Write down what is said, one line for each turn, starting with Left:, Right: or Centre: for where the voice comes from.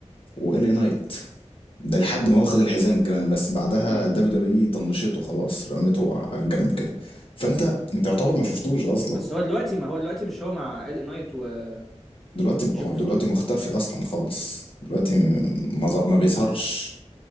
Left: وإلي نايت ده لحد ما هو خد الحزام كمان بس بعدها
Centre: امم
Left: دبليو دبليو اي طنشته خلاص رميته على الجنب كده فانت انت
Centre: اه
Left: يعتبر ما شفتوش اصلا
Centre: بس هو دلوقتي ما هو دلوقتي مش هو مع ال نايت وجاكوب
Left: دلوقتي هو دلوقتي
Centre: فاتو
Left: مختفي اصلا خالص دلوقتي ما ظ- ما بيظهرش